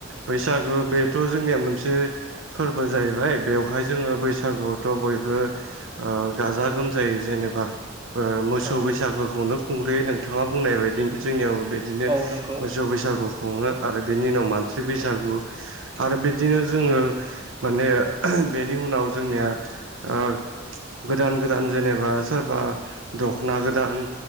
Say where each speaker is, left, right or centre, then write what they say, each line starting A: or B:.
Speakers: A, on the right; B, on the right.
A: बैसागु बेथ' जोंनिआ मोनसे ओ फोरबो जाहैबाय बेवहाय जोङो बैसागोआवथ' बयबो ओ गाजा गोमजायै जेनोबा ओ मोसौ
B: औ
A: बैसागोखौनो खुंग्रोयो नोंथांआ बुंनाय बायदि जोंनिआवबो बेफोर बिदिनो
B: औ नंगौ
A: मोसौ बैसागु खुङो आरो बेनि उनाव मानसि बैसागु आरो बिदिनो जोङो माने बेनि उनाव जोंनिआ ओ गोदान गोदान जेनोबा सोरबा दख'ना गोदान